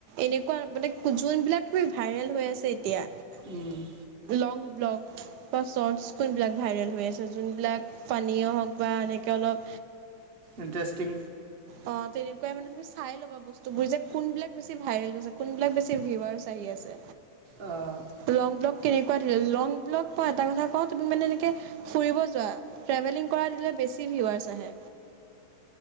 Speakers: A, on the right; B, on the right.
A: এনেকুৱা মানে যোনবিলাক তুমি ভাইৰেল হৈ আছে এতিয়া
B: উম,
A: লং ব্লক বা শৰ্টচ কোনবিলাক ভাইৰেল হৈ আছে যোনবিলাক পানীয় হওক। বা এনেকে অলপ
B: ইণ্টাৰেষ্টিং
A: অ তেনেকুৱ মানে তুমি চাই ল'বা বস্তু বোৰ যে কোন বিলাক বেছি ভাইৰেল হৈছে কোনবিলাক বেছি ভিউৱাচ আহি আছে
B: অ'
A: লংব্লক কেনেকুৱা ধৰি ল লংব্লক পৰা এটা কথা কওঁ। তুমি মানে এনেকে ফুৰিব যোৱা। দিলে বেছি ভিউৱাছ আহে।